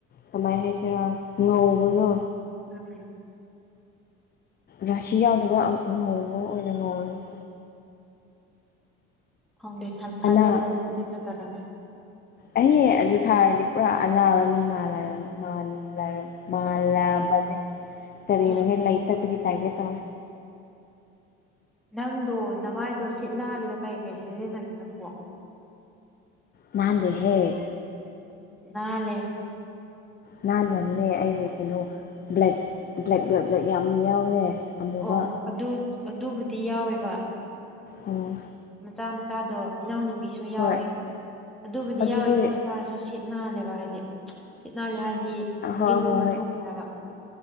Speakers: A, on the left; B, in the centre.
A: ꯀꯃꯥꯏꯅ ꯍꯥꯏꯁꯤꯔꯥ ꯉꯧꯕꯗꯣ
B: ꯎꯝ
A: ꯔꯥꯁꯤ ꯌꯥꯎꯗꯕ ꯉꯧꯕ ꯑꯣꯏꯅ ꯉꯧꯔꯝꯉꯤ
B: ꯐꯥꯎꯟꯗꯦꯁꯟ
A: ꯑꯅꯥ
B: ꯐꯥꯖꯤꯜꯂꯣ ꯑꯗꯨꯗꯤ ꯐꯖꯔꯒꯦ
A: ꯑꯩꯍ ꯑꯗꯨ ꯊꯥꯔꯗꯤ ꯄꯨꯔꯥ ꯑꯅꯥꯕ ꯃꯤ ꯃꯥꯜꯂꯔꯝꯃꯦ ꯃꯥꯜ ꯃꯥꯂꯕꯅꯦ ꯀꯔꯤꯅꯣ
B: ꯎꯝ
A: ꯍꯂꯩꯇꯠꯇꯒꯤ ꯇꯪꯒꯦ ꯇꯧ
B: ꯅꯪꯗꯣ ꯅꯃꯥꯏꯗꯣ ꯁꯤꯠ ꯅꯥꯜꯂꯤꯗꯣ ꯀꯩ ꯀꯩ ꯁꯤꯖꯤꯟꯅꯒꯦ ꯅꯪꯕꯣ
A: ꯅꯅꯥꯗꯦ ꯍꯦ
B: ꯅꯥꯜꯂꯦ
A: ꯅꯍꯟꯕ ꯑꯃꯅꯦ ꯑꯩꯒꯤ ꯀꯩꯅꯣ ꯕ꯭ꯂꯦꯛ ꯕ꯭ꯂꯦꯛ ꯕ꯭ꯂꯦꯛ ꯕ꯭ꯂꯦꯛ ꯌꯥꯝ ꯌꯥꯎꯔꯦ ꯑꯃꯨꯕ
B: ꯑꯣ ꯑꯗꯨ ꯑꯗꯨꯕꯨꯗꯤ ꯌꯥꯎꯋꯦꯕ
A: ꯎꯝ
B: ꯃꯆꯥ ꯃꯆꯥꯗꯣ ꯏꯅꯥꯎꯅꯨꯄꯤꯁꯨ ꯌꯥꯎꯋꯦ
A: ꯍꯣꯏ
B: ꯑꯗꯨꯕꯨꯗꯤ
A: ꯑꯗꯨꯗꯤ
B: ꯌꯥꯎꯋꯦ ꯑꯗꯨ ꯇꯥꯔꯁꯨ ꯁꯤꯠ ꯅꯥꯜꯂꯦꯕ ꯍꯥꯏꯗꯤ ꯁꯤꯠ ꯅꯥꯜꯂꯦ ꯍꯥꯏꯗꯤ
A: ꯍꯣꯏ
B: ꯎꯔꯤꯡꯒꯨꯝꯕ
A: ꯍꯣꯏ ꯍꯣꯏ
B: ꯊꯣꯛꯇꯦ ꯍꯥꯏꯕ